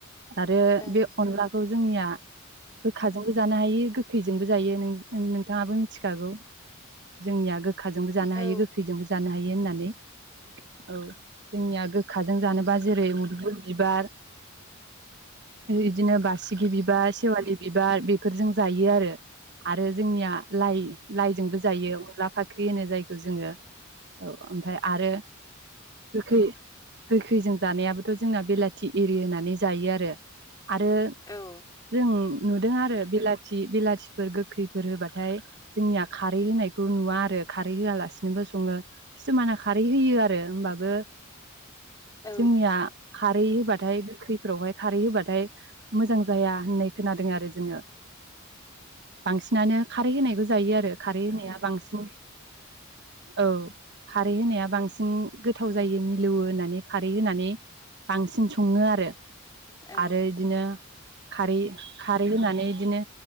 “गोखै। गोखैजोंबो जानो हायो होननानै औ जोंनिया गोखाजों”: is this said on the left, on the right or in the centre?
Right